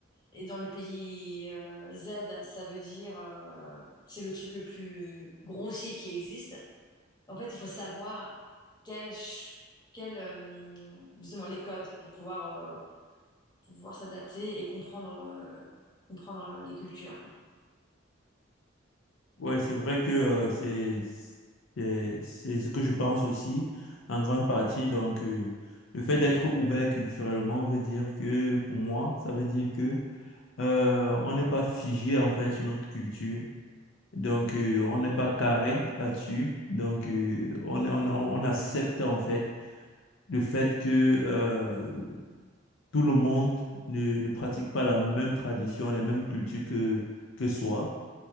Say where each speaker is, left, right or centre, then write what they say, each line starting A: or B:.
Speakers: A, on the left (about 20°); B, on the left (about 70°).
A: Et dans le pays euh, Z, ça veut dire euh, c'est le truc le plus grossier qui existe. En fait, il faut savoir quel, ch- quel, euh, justement les codes pour pouvoir, euh, pour pouvoir s'adapter et comprendre, euh, comprendre euh, les cultures.
B: Ouais, c'est vrai que euh, c'est c'est c'est ce que je pense aussi en grande partie. Donc, euh, le fait d'être ouvert culturellement veut dire que pour moi, ça veut dire que euh, on n'est pas figé en fait sur notre culture. Donc, euh, on n'est pas carré là-dessus. Donc, euh, on, on on accepte en fait le fait que euh, tout le monde ne ne pratique pas la même tradition, la même culture que que soi.